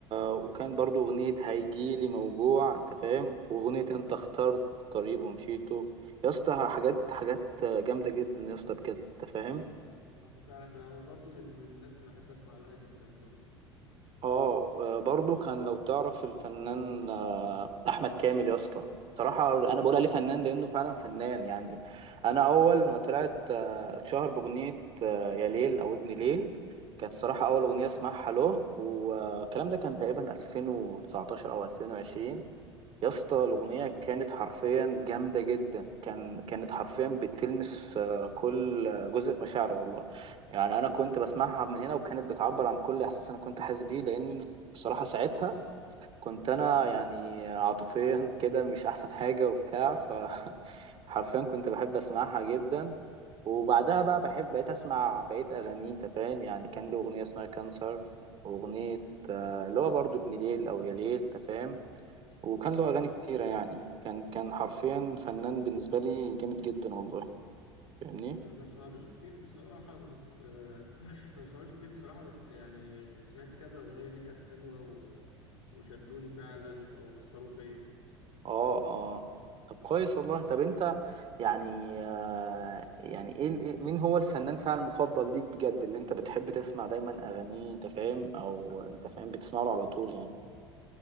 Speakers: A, on the right (about 40°); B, on the left (about 85°).
A: وكان برضو اغنيه هيجيلي موجوع انت فاهم واغنيه انت اخترت طريق ومشيته يا اسطى حاجات حاجات جامده جدا يا اسطى بجد انت فاهم
B: آه، فعلا انا برضو من من الناس اللي بحب اسمع لها جدا برضو
A: اه آه، برضو كان لو تعرف الفنان آه، احمد كامل يا اسطى صراحه انا بقول عليه فنان لانه فعلا فنان يعني انا اول ما طلعت آه، اتشهر باغنيه آه، يا ليل او ابن ليل كانت صراحه اول اغنيه اسمعها
B: اه
A: له والكلام ده كان تقريبا 2019 او 2020 يا اسطى الأغنية
B: اه
A: كانت حرفيا جامدة جدا كان كانت حرفيا بتلمس آه، كل آه، جزء في مشاعري والله يعني أنا كنت بسمعها من هنا وكانت بتعبر عن كل إحساس أنا كنت حاسس بيه لأن بصراحة ساعتها كنت أنا يعني عاطفيا كده مش أحسن حاجة وبتاع ف <laughs> حرفيا كنت بحب اسمعها جدا وبعدها بقى بحب بقيت اسمع بقيت اغاني انت فاهم يعني كان له اغنيه اسمها كانسر واغنيه آه، اللي هو برضو ابن ليل او يا ليل انت فاهم وكان له أغاني
B: اه
A: كتيرة يعني كان كان حرفيا فنان بالنسبة لي جامد جدا والله فاهمني
B: ما بسمعلوش كتير بصراحة بس آه، <clears throat> ما بسمعلوش كتير بصراحة بس يعني سمعت كذا أغنية ليه كانت حلوة و... وشدوني فعلا أو أثروا فيا
A: اه اه طب كويس والله طب انت يعني آه يعني ايه إيه- مين هو الفنان فعلا المفضل ليك بجد اللي انت بتحب تسمع دايما أغانيه انت فاهم او انت فاهم بتسمع له على طول يعني